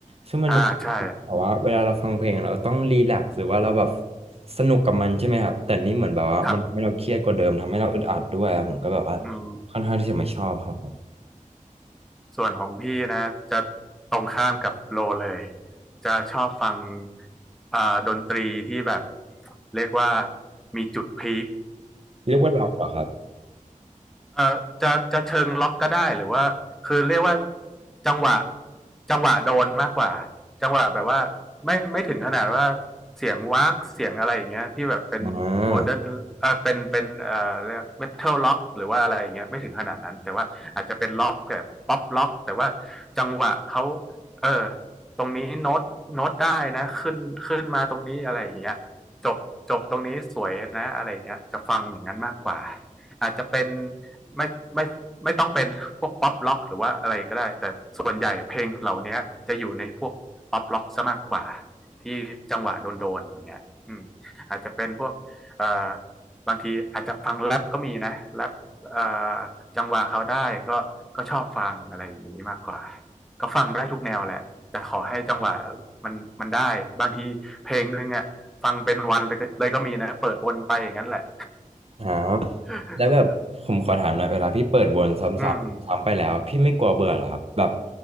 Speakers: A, on the right (about 45°); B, in the centre.
A: ซึ่งมัน
B: อ่าใช่
A: แบบว่าเวลาเราฟังเพลงเราต้องรีแลกซ์หรือว่าเราแบบสนุกกับมันใช่ไหมครับแต่นี่เหมือนแบบว่ามันทำให้เราเครียดกว่าเดิมทำให้เราอึดอัดด้วยอะผมก็แบบว่า
B: ครับอืม
A: ค่อนข้างที่จะไม่ชอบครับผม
B: ส่วนของพี่นะจะตรงข้ามกับโลเลยจะชอบฟังอ่าดนตรีที่แบบเรียกว่ามีจุดพีค
A: เรียกว่าล็อกเหรอครับ
B: เอ่อจะจะเชิงล็อกก็ได้หรือว่าคือเรียกว่าจังหวะจังหวะโดนมากกว่าจังหวะแบบว่าไม่ไม่ถึงขนาดว่าเสียงวากเสียงอะไรอย่างเงี้ยที่แบบเป็นโมเดิร์นเออเป็นเป็นเอ่อเรียกเมทัลล็อกหรือว่าอะไรอย่างเงี้ยไม่ถึงขนาดนั้นแต่ว่าอาจจะเป็นล็อกแบบป๊อปล็อกแต่ว่า
A: อ่า
B: จังหวะเขาเออตรงนี้โน้ตโน้ตได้นะขึ้นขึ้นมาตรงนี้อะไรอย่างเงี้ยจบจบตรงนี้สวยนะอะไรอย่างเงี้ยจะฟังอย่างนั้นมากกว่าอาจจะเป็น ไม่ไม่ไม่ต้องเป็น <laughs> พวกป๊อปล็อกหรือว่าอะไรก็ได้แต่ส่วนใหญ่เพลงเหล่านี้จะอยู่ในพวกป๊อปล็อกซะมากกว่าที่จังหวะโดนๆอย่างเงี้ยอืมอาจจะเป็นพวกเอ่อบางทีอาจจะฟังแรปก็มีนะแรปเอ่อจังหวะเขาได้ก็ก็ชอบฟังอะไรอย่างนี้มากกว่าก็ฟังได้ทุกแนวแหละแต่ขอให้จังหวะมันมันได้บางทีเพลงนึงอ่ะฟังเป็นวันเลยก็มีนะเปิดวนไปอย่างนั้นแหละ
A: ครับ
B: <laughs>
A: แล้วแบบผมขอถามหน่อยเวลาพี่เปิดวนซ้ำๆซ้ำไปแล้วพี่ไม่กลัวเบื่อเหรอครับแบบ
B: อืม